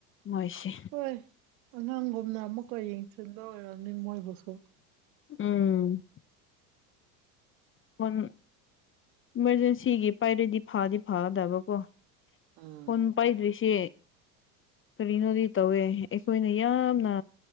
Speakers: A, on the left; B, on the right.
A: ꯃꯣꯏꯁꯦ
B: ꯍꯣꯏ ꯑꯉꯥꯡꯒꯨꯝꯅ ꯑꯃꯨꯛꯀ ꯌꯦꯡꯁꯤꯟꯕ ꯑꯣꯏꯔꯕꯝꯅꯤ ꯃꯣꯏꯒꯤꯁꯦ
A: ꯎꯝ ꯐꫭꯟ ꯏꯃꯥꯔꯖꯦꯟꯁꯤꯒꯤ ꯄꯥꯏꯔꯗꯤ ꯐꯥꯗꯤ ꯐꯥꯗꯕꯀꯣ
B: ꯎꯝ
A: ꯐꯣꯟ ꯄꯥꯏꯗ꯭ꯔꯤꯁꯦ ꯀꯔꯤꯅꯣꯗꯤ ꯇꯧꯋꯦ ꯑꯩꯈꯣꯏꯅ ꯌꯥꯝꯅ